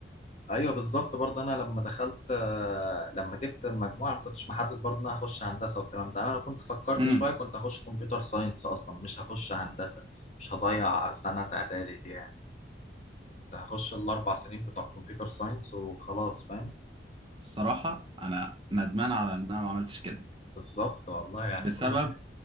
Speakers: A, on the left; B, on the right.
A: ايوه بالظبط برضه انا لما دخلت آه، لما جبت المجموعه ما كنتش محدد برضه ان انا هخش هندسه والكلام ده انا لو كنت فكرت
B: امم
A: شويه كنت هخش كمبيوتر ساينس اصلا مش هخش هندسه مش هضيع سنه اعدادي دي يعني كنت هخش الاربع سنين بتوع كمبيوتر ساينس وخلاص فاهم
B: الصراحة انا ندمان على ان انا ما عملتش كده
A: بالظبط والله يعني
B: بسبب
A: كل